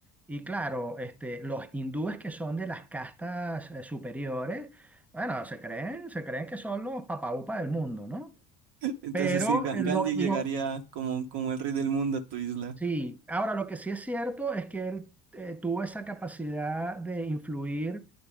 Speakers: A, in the centre; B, on the right.
A: y claro, este, los hindúes que son de las castas eh, superiores, bueno, se creen, se creen que son los papaupa del mundo, ¿no?
B: Entonces
A: Pero
B: sí, Ga-
A: eh,
B: Gandhi
A: lo,
B: llegaría
A: lo-
B: como, como el rey del mundo a tu isla.
A: Sí, ahora lo que sí es cierto es que él eh, tuvo esa capacidad de influir